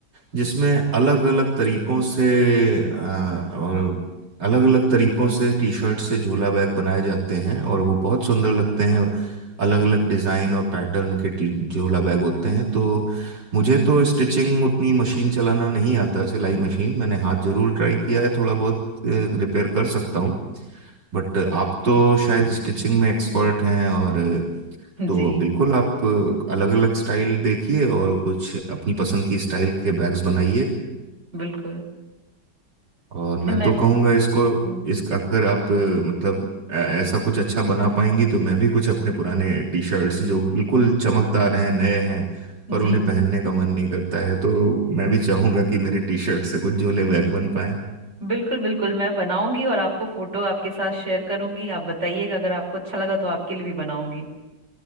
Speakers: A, on the right; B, on the right.
A: जिसमें अलग अलग तरीकों से अ, और अलग अलग तरीकों से टी शर्ट से झोला बैग बनाए जाते हैं और वो बहुत सुंदर लगते हैं अलग अलग डिज़ाइन और पैटर्न के टी झोला बैग होते हैं तो मुझे तो स्टिचिंग उतनी मशीन चलाना नहीं आता सिलाई मशीन मैंने हाथ जरूर ट्राई किया है थोड़ा बहुत रिपेयर कर सकता हूँ बट आप तो शायद स्टिचिंग में एक्सपर्ट हैं और
B: <laughs>
A: तो
B: जी
A: बिल्कुल आप अलग अलग स्टाइल देखिए और कुछ अपनी पसंद की स्टाइल के बैग्स बनाइए
B: बिल्कुल
A: और मैं
B: नहीं, मैं
A: तो कहूँगा इसको
B: हम्म,
A: इस अगर आप मतलब ऐ- ऐसा कुछ अच्छा बना पाएंगी तो मैं भी कुछ अपने पुराने टी शर्ट्स जो बिल्कुल चमकदार हैं नए हैं पर
B: जी
A: उन्हें पहनने का मन नहीं करता है तो मैं भी चाहूंगा कि मेरे टी शर्ट से कुछ झोले बैग बन पाए
B: बिल्कुल बिल्कुल मैं बनाऊंगी और आपको फोटो आपके साथ शेयर करूंगी आप बताइएगा अगर आपको अच्छा लगा तो आपके लिए भी बनाऊंगी